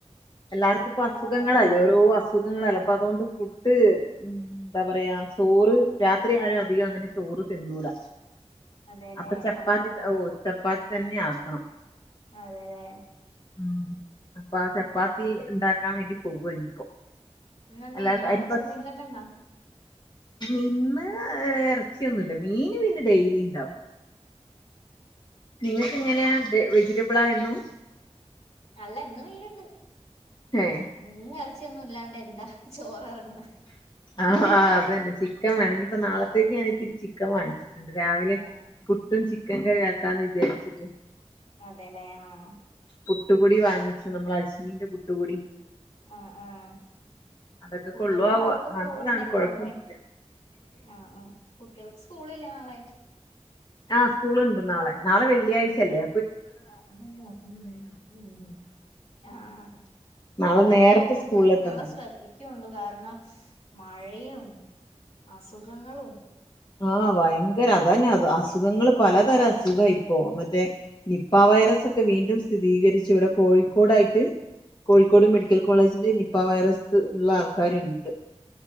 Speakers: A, on the left; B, on the left.
A: എല്ലാർക്കും ഇപ്പ
B: ആഹ്
A: അസുഖങ്ങളല്ലേ
B: അതെ
A: ഓരോ അസ് അസുഖങ്ങളല്ലെ അപ്പ അതുകൊണ്ട് ഫുഡ് എന്താ പറയാ ചോറ് രാത്രി ആരും അധികം അങ്ങനെ ചോറ് റ് തിന്നൂല
B: അതെല്ലേ
A: അപ്പ ചപ്പാത്തി
B: ആഹ്
A: ഓ ചപ്പാത്തി തന്നെ ആക്കണം
B: അതെലെ
A: ഉം അപ്പ ചപ്പാത്തി ഇണ്ടാക്കാൻ വേണ്ടി പോവാ ഇനിയിപ്പോ
B: ഇന്ന്ന്താ
A: എല്ലാവർക്കും
B: മീന്
A: അരിഭക്ഷണം
B: ഇറച്ചി എന്തെങ്കിലും എക്കെണ്ട
A: ഇന്ന് ഇറച്ചിയൊന്നുല്ല മീന് പിന്നെ ഡെയിലി ഇണ്ടാവും നിങ്ങക്ക് എങ്ങനെയാ വെ വെജിറ്റബിളാ എന്നും
B: അല്ല ഇന്ന് മീനിണ്ട്
A: ഏ
B: മീനും ഇറച്ചിയൊന്നും ഇല്ലാണ്ട് എന്താ ചോറെറങ്ങാ
A: ആഹ് ആഹ് അത് തന്നെ ചിക്കൻ വേണം ഇനിഇപ്പൊ നാളത്തേക്ക് ഞാന് ഇത്തിരി ചിക്കൻ വാങ്ങിച്ചു ണ്ട് രാവിലെ
B: ആഹ്
A: പുട്ടും ചിക്കൻ കറിം ആക്കാന്ന് വിചാരിച്ചിട്ട്
B: അതെലെ ആഹ്
A: പുട്ടുപൊടി വാങ്ങിച്ചു നമ്മള് അജ്മീന്റെ പുട്ട്പൊടി
B: ആഹ് ആഹ്
A: അതൊക്കെ
B: കുട്ടികൾക്ക്
A: കൊള്ളു ആവൊ
B: നാളെപ്പ സ്കൂളുണ്ടല്ലോ
A: നല്ലതാണ് കൊഴപ്പൊന്നു
B: അല്ലെ
A: ഇല്ല
B: ആഹ് ആ കുട്ടികൾക്ക് സ്കൂളില്ലെ നാളെ
A: ആഹ് സ്കൂളുണ്ട് നാളെ നാളെ വെള്ളിയാഴ്ച അല്ലെ
B: ആ ഇന്നെന്ത <unintelligible> ആഹ് ഇപ്പൊ
A: നാളെ
B: പൊറത്തൊക്കെ
A: നേരത്തെ
B: പോമ്പഴും
A: സ്കൂളിൽ
B: കുട്ടികളെ
A: എത്തണല്ലോ
B: ശ്രദ്ധിക്കൊണ്ടു കാരണം മഴയും അസുഖങ്ങളും
A: ആഹ് ഭയങ്കര അതന്നെ അത് അസുഖങ്ങള് പലതരം അസുഖ ഇപ്പോ മറ്റേ നിപ്പാവൈ റസ് ഒക്കെ വീണ്ടും സ്ഥിതീകരിച്ചു ഇവടെ കോഴിക്കോടായിട്ട് കോഴിക്കോട്
B: ഉം
A: മെഡിക്കൽ കോളേജില് നിപ വൈറസ് ള്ള ആൾക്കാരിണ്ട്